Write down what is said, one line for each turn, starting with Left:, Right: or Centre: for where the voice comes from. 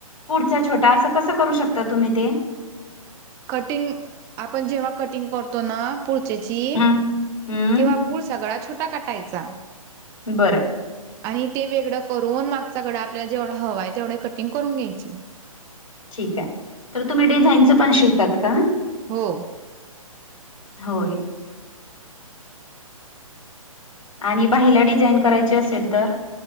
Left: पुढचां छोटां असं कसं करूं शकतां तुम्हीं ते
Right: कटिंग आपणं जेंव्हा कटिंग करतो नां पुढचेची
Left: हम्म. हम्म
Right: तेंव्हां गूळ सगळा छोटा काटायचा.
Left: बरं.
Right: आणि ते वेगळं करून, मागच्याकडं आपल्याला जेवढं हवा आहे तेवढे कटिंग करून घ्यायचे.
Left: ठीक आहे, तर तुम्ही डिझाईनचं पण शिवतात का?
Right: हो.
Left: होय. आणि बाहिला डिझाईन करायची असेल तर?